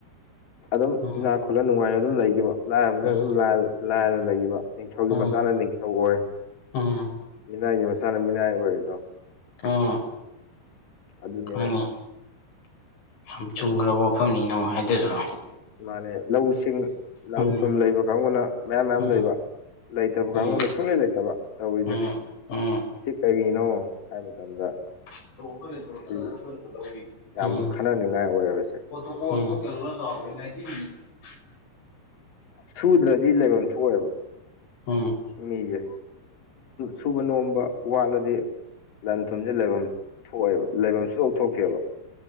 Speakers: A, on the left; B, on the left.
A: ꯑꯗꯨꯝ
B: ꯎꯝ
A: ꯏꯅꯥꯛ ꯈꯨꯠꯂꯥ ꯅꯨꯡꯉꯥꯏꯅ ꯑꯗꯨꯝ ꯂꯩꯈꯤꯕ ꯂꯥꯏꯔꯕꯅꯤꯅ
B: ꯎꯝ
A: ꯑꯗꯨꯝ ꯂꯥꯏꯔꯅ ꯂꯩꯈꯤꯕ ꯅꯤꯡꯊꯧꯒꯤ
B: ꯎꯝ
A: ꯃꯆꯥꯅ ꯅꯤꯡꯊꯧ ꯑꯣꯏ
B: ꯎꯝ
A: ꯃꯤꯅꯥꯏꯒꯤ ꯃꯆꯥꯅ ꯃꯤꯅꯥꯏ ꯑꯣꯏ ꯑꯗꯣ
B: ꯎꯝ
A: ꯑꯗꯨꯅꯦꯕ
B: ꯃꯥꯅꯦ ꯌꯥꯝ ꯆꯨꯝꯈ꯭ꯔꯕ ꯋꯥꯐꯝꯅꯤꯅ ꯑꯃꯨꯛ ꯍꯥꯏꯔꯤꯗꯣ
A: ꯃꯥꯅꯦ ꯂꯧꯁꯤꯡ ꯂꯪ
B: ꯎꯝ
A: ꯊꯨꯝ ꯂꯩꯕ ꯀꯥꯡꯕꯨꯅ ꯃꯌꯥꯝ ꯃꯌꯥꯝ
B: ꯎꯝ
A: ꯂꯩꯕ ꯂꯩꯇꯕ
B: ꯎꯝ
A: ꯀꯥꯡꯕꯨꯨꯅ ꯁꯨꯡꯂꯩ ꯂꯩꯇꯕ ꯇꯧꯔꯤꯁꯦ
B: ꯎꯝ ꯎꯝ
A: ꯁꯤ ꯀꯩꯒꯤꯅꯣ ꯍꯥꯏꯕ ꯃꯇꯝꯗ
B: ꯎ <unintelligible>
A: ꯁꯤ
B: ꯎꯝ
A: ꯌꯥꯝ
B: ꯎꯝ
A: ꯈꯟꯅꯅꯤꯡꯉꯥꯏ ꯑꯣꯏꯔꯕꯁꯦ
B: <inaudible> ꯂꯥꯏꯇ <inaudible>
A: ꯁꯨꯗ꯭ꯔꯗꯤ ꯂꯩꯐꯝ ꯊꯣꯛꯑꯦꯕ
B: ꯎꯝ
A: ꯃꯤꯁꯦ ꯁꯨꯕ ꯅꯣꯝꯕ ꯋꯥꯠꯂꯗꯤ꯫ ꯂꯟ ꯊꯨꯝꯁꯦ ꯂꯩꯐꯝ ꯊꯣꯛꯑꯦꯕ ꯂꯩꯐꯝ ꯁꯨꯡꯊꯣꯛ ꯊꯣꯛꯇꯦꯕ